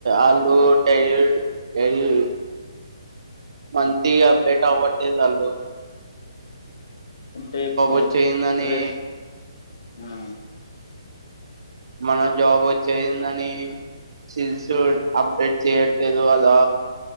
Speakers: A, on the right; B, on the left.
A: అలు టైర్డ్ టయి పంతిగా అప్డేట్ ఆవటెల్ అలు
B: అంటే ఇప్పుడు
A: వచ్చేయిందని
B: ఫ్రష్ ఆ
A: మన జాబ్ వచ్చిందని స్కిల్స్ అప్డేట్ చేయట్లేదు అదా